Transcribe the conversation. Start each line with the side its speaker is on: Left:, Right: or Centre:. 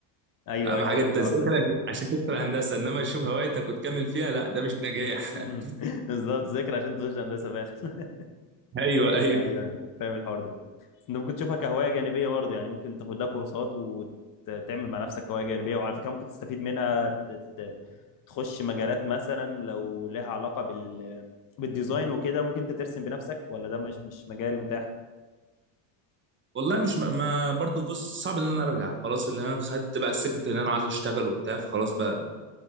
Left: ايوه
Right: اهم
Left: ايوه
Right: حاجه
Left: عارف
Right: التذاكر
Left: الحوار ده
Right: عشان تدخل هندسه انما تشوف هوايتك وتكمل فيها لا ده مش نجاح
Left: <laughs> بالظبط ذاكر عشان تخش هندسة فعلا <laughs>
Right: ايوه ايوه
Left: ايوه ايوه فاهم الحوار ده انت ممكن تشوفها كهوايه جانبيه برضه يعني ممكن تاخد لها كورسات وتعمل مع نفسك هوايه جانبيه وعلى فكره ممكن تستفيد منها ت- ت- تخش مجالات مثلا لو لها علاقه بال بالديزاين وكده ممكن انت ترسم بنفسك ولا ده مش مش مجال متاح
Right: والله مش ما ما- برضو بص صعب ان انا ارجع خلاص اللي انا خدت بقى السكه اللي انا عايز اشتغل وبتاع فخلاص بقى